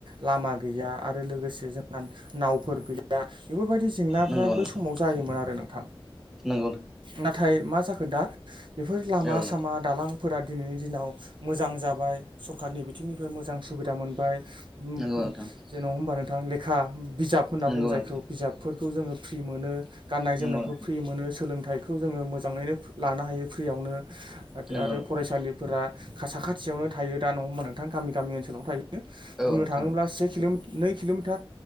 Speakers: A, on the right; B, in the centre.
A: लामा गै गैया आरो लोगोसे जोंहा नावफोर गैया बेफोरबायदि जेंनाफ्रा
B: नंगौ नोंथां
A: बै समाव जायोमोन आरो नोंथां
B: नंगौ
A: नाथाय नाथाय मा जाखो दा बेफोर लामा
B: औ नोंथां
A: सामा दालांफोरा दिनैनि दिनाव मोजां जाबाय सरखारारनि बिथिंनिफ्राय मोजां सुबिदा मोनबाय
B: नंगौ नोंथां
A: जेन' होमबा नोंथां लेखा बिजाब होनना
B: नंगौ
A: बुङो जायखौ
B: नोंथां
A: बिजाबफोरखौ जोङो फ्रि मोनो गाननाय जोमनायखौ
B: नंगौ नोंथां
A: फ्रि मोनो सोलोंथाइखौ जोङो मोजाङैनो लानो हायो फ्रियावनो
B: नंगौ
A: आरो
B: नोंथां
A: फरायसालिफोरा साखाथियावनो थायो दा नङा हबा नोंथां गामि गामि ओनसोलावनो थायो।
B: औ
A: बुंनो
B: नोंथां
A: थाङोब्ला से किल' नै किल'मिटार